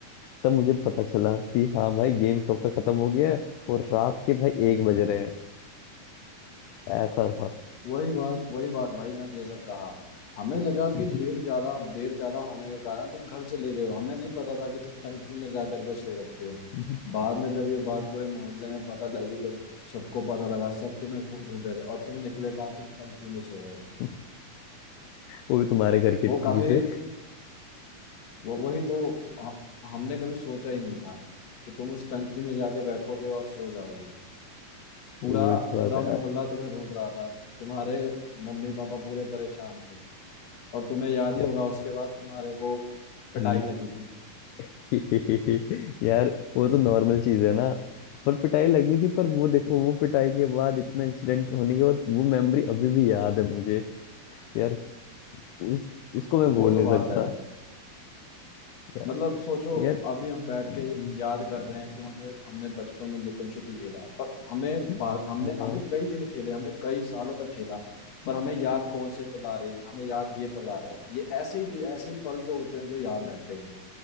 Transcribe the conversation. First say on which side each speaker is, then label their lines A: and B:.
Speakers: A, on the left (about 80°); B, on the left (about 60°).
A: तब मुझे पता चला कि हाँ भाई गेम कब का खत्म हो गया है और रात के भाई एक बज रहे हैं ऐसा था
B: वही बात वही बात भाई मैंने जैसा कहा हमें लगा
A: <laughs> हम्म,
B: कि लेट ज्यादा देर ज्यादा होने के कारण तुम घर चले गए हो हमें नहीं पता था कि तुम टंकी में जा करके सो रखे हो
A: हम्म,
B: बाद में जब ये बात पूरे मोहल्ले में पता लगी जब सबको पता लगा सब तुम्हें खो- ढूंढ रहे थे और तुम निकले कहाँ तुम टंकी में सो रहे थे
A: हम्म। वो भी तुम्हारे घर की
B: वो
A: टंकी
B: काफी
A: से
B: वो वही तो ह- हमने कभी सोचा ही नहीं था कि तुम उस टंकी में जाके बैठोगे और सो जाओगे पूरा
A: वो भी तो बात
B: पूरा
A: है
B: मोहल्ला तुम्हें ढूंढ रहा था तुम्हारे मम्मी पापा पूरे परेशान थे और तुम्हें याद ही
A: या-
B: होगा उसके बाद तुम्हारे को पिटाई
A: हम्म।
B: लगी थी
A: <laughs> यार वो तो नॉर्मल चीज है ना पर पिटाई लगी थी पर वो देखो वो पिटाई के बाद इतना इंसिडेंट होने के बाद वो मेमोरी अभी भी याद है मुझे यार उस उसको मैं भूल
B: वो
A: नहीं
B: तो बात
A: सकता
B: है
A: यार
B: मतलब सोचो
A: यार
B: अभी हम बैठ
A: हम्म।
B: के याद कर रहे हैं कि हमने हमने बचपन में लुकन छुपी खेला पर हमें
A: <laughs>
B: भाग हमने
A: हाँ।
B: हमने कई दिन खेले हमने कई सालों तक खेला पर हमें याद कौन से पल आ रहे हैं हमें याद ये पल आ रहा है ये ऐसे ही दि- ऐसे ही पल जो होते हैं जो याद रहते हैं